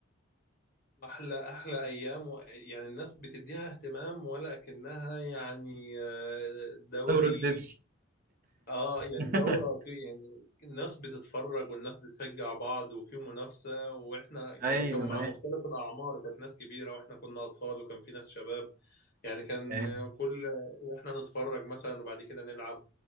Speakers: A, on the left; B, on the right.
A: احلى احلى ايام و... يعني الناس بتديها اهتمام ولا اكنها يعني آه، دوري
B: دورة بيبسي
A: اه يعني
B: <laughs>
A: دورة في يعني الناس بتتفرج والناس بتشجع بعض وفي منافسة واحنا يعني
B: ايوه
A: كان مع
B: ايوه
A: مختلف الأعمار كانت ناس كبيرة واحنا كنا أطفال وكان في ناس شباب يعني كان
B: أيوة.
A: كل واحنا نتفرج مثلا وبعد كده نلعب